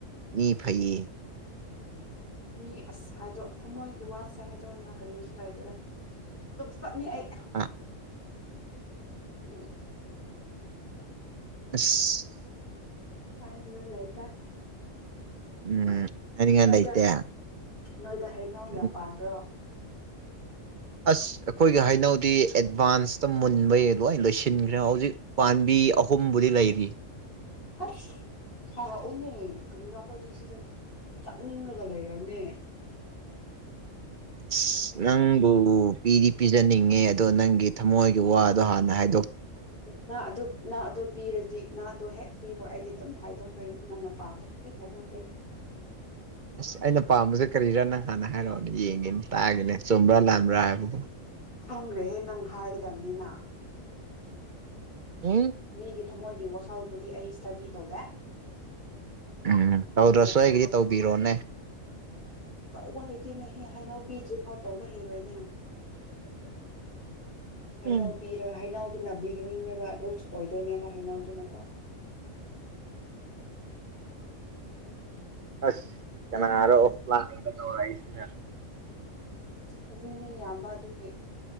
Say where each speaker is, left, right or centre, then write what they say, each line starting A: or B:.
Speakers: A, on the right (about 50°); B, on the left (about 40°).
A: ꯃꯤ ꯐꯩꯌꯦ
B: ꯃꯤ ꯑꯁ ꯍꯥꯏꯗꯣ ꯊꯃꯣꯏꯒꯤ ꯋꯥꯁꯦ ꯍꯥꯏꯗꯣꯛꯑꯅ ꯀꯔꯤ ꯁꯨ ꯂꯩꯇꯦꯗ ꯁꯨꯝ ꯆꯠꯅꯤ ꯑꯩ
A: ꯑꯥ
B: ꯎꯝ
A: ꯑꯁ
B: ꯍꯥꯏꯅꯤꯡꯉꯥꯏ ꯂꯩꯇꯦ
A: ꯎꯝ ꯍꯥꯏꯅꯤꯡꯉꯥꯏ
B: ꯅꯣꯏꯗ
A: ꯂꯩꯇꯦ
B: ꯅꯣꯏꯗ ꯍꯩꯅꯧ ꯌꯥꯝ
A: ꯎꯝ
B: ꯄꯥꯟꯕꯥ꯭ꯔꯣ
A: ꯑꯁ ꯑꯩꯈꯣꯏꯒꯤ ꯍꯩꯅꯧꯗꯤ ꯑꯦꯗꯚꯥꯟꯁꯇ ꯃꯨꯟꯕꯩ ꯂꯣꯏ ꯂꯣꯏꯁꯤꯟꯈ꯭ꯔꯦ ꯍꯧꯖꯤꯛ ꯄꯥꯝꯕꯤ ꯑꯍꯨꯝꯕꯨꯗꯤ ꯂꯩꯔꯤ
B: ꯑꯁ ꯊꯥꯔꯛꯎꯅꯦ ꯀꯔꯤ ꯅꯈꯣꯏꯗꯤ ꯁꯤꯗ ꯆꯠꯅꯤꯡꯉꯒ ꯂꯩꯔꯕꯝꯅꯦ
A: ꯑꯁ ꯅꯪꯕꯨ ꯄꯤꯗꯤ ꯄꯤꯖꯅꯤꯡꯉꯦ ꯑꯗꯣ ꯅꯪꯒꯤ ꯊꯃꯣꯏꯒꯤ ꯋꯥꯗꯣ ꯍꯥꯟꯅ ꯍꯥꯏ
B: ꯅꯪ ꯑꯗꯨ ꯅꯪ ꯑꯗꯨ ꯄꯤꯔ ꯗꯤ ꯅꯪ ꯑꯗꯨ ꯍꯦꯛ ꯄꯤꯕ ꯑꯩꯗꯤ ꯑꯗꯨꯝ ꯍꯥꯏꯗꯣꯛꯇꯣꯏꯅꯤ ꯅꯪꯅ ꯄꯥꯝꯕ ꯈꯨꯗꯤꯡ ꯍꯥꯏꯗꯣꯛꯀꯦ
A: ꯑꯁ ꯑꯩꯅ ꯄꯥꯝꯕꯁꯦ ꯀꯔꯤꯔꯅ ꯅꯪ ꯍꯥꯟꯅ ꯍꯥꯏꯔꯛꯑꯣꯅꯦ ꯌꯦꯡꯒꯦꯅꯦ ꯇꯥꯒꯦꯅꯦ ꯆꯨꯝꯕ꯭ꯔꯥ ꯂꯥꯟꯕ꯭ꯔꯥ ꯍꯥꯏꯕꯗꯣ
B: ꯈꯪꯈ꯭ꯔꯦꯍꯦ ꯅꯪ ꯍꯥꯏꯒꯗꯕꯅꯤꯅ
A: ꯎꯝ
B: ꯃꯤꯒꯤ ꯊꯃꯣꯏꯒꯤ ꯋꯥꯈꯜꯕꯨꯗꯤ ꯑꯩ ꯏꯁꯇꯗꯤ ꯇꯧꯗꯦ
A: ꯎꯝ ꯇꯧꯗꯔꯁꯨ
B: ꯑꯗꯨꯒꯤ ꯍꯥꯏꯗꯣꯛꯇ꯭ꯔꯦꯗ
A: ꯑꯩꯒꯤꯗꯤ ꯇꯧꯕꯤꯔꯣꯅꯦ
B: ꯇꯧꯕ ꯍꯩꯇꯦꯅꯦꯍꯦ ꯍꯥꯏꯅꯧ ꯄꯤꯗ꯭ꯔꯤꯐꯥꯎ ꯇꯧꯕ ꯍꯩꯔꯣꯏꯅꯦ ꯍꯩꯅꯧ
A: ꯎꯝ
B: ꯄꯤꯔ ꯍꯩꯅꯧꯗꯨꯅ ꯕꯤꯒꯤꯅꯤꯡꯅꯦꯕ ꯔꯨꯠꯁ ꯑꯣꯏꯗꯣꯏꯅꯦꯕ ꯍꯩꯅꯧꯗꯨꯅꯀꯣ
A: ꯑꯁ ꯀꯅꯥꯔꯣ
B: ꯑꯗꯨꯗꯤ
A: ꯑꯣ ꯂꯥꯡꯒ ꯇꯧꯔꯛꯏꯁꯤꯅ
B: <unintelligible> ꯍꯧꯖꯤꯛ ꯃꯤ ꯌꯥꯝꯕ ꯑꯗꯨꯒꯤ